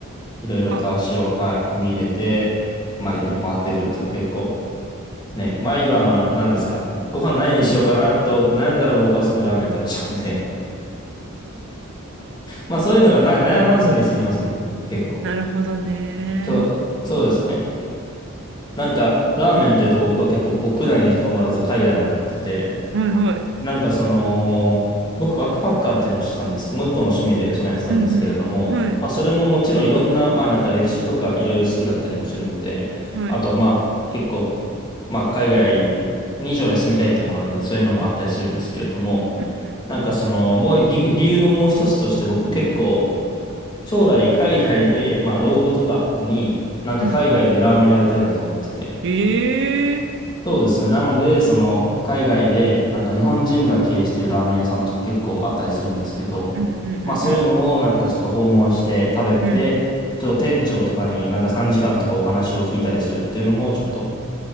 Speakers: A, on the left; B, on the right.
A: いろいろと足を、
B: あ、
A: はい、踏み入れて、まあいろいろ回っていくっていうのは結構、ね、毎晩、何ですか、ご飯何にしようかなと悩んだら僕はすぐラーメン食べちゃうんでまあそういうのがな悩まずに済みますね。結構。
B: なるほどね。
A: そう、そうですね。なんか、ラーメンっていうと僕は結構国内にとどまらず海外もやってて、
B: うん。はいはい。
A: なんかその、僕バックパッカーっていうのをしてたんです。もう一個の趣味でそのやってたんですけれども、
B: うんうん。はい。
A: まあそれももちろんいろんな、まあなんか歴史とかいろいろ好きだったりもするので、
B: はい。
A: あとはまあ結構、まあ海外に将来住みたいっていうのもあるので、そういうのもあったりするんですけれども、
B: うん
A: なんかその、もう理、理由のもう一つとして僕結構、将来海外で、まあ老後とかに、なんか海外でラーメンやりたいなと思ってて。
B: うん。ええ
A: そうですね。なので、その海外で、なんか日本人が経営してるラーメン屋さんとか結構あったりするんですけど、
B: うんうんうん
A: まあそういうのをなんかちょっと訪問して食べて、
B: うん。うん。
A: ちょっと店長とかになんか3時間とかお話を聞いたりするっていうのもちょっと、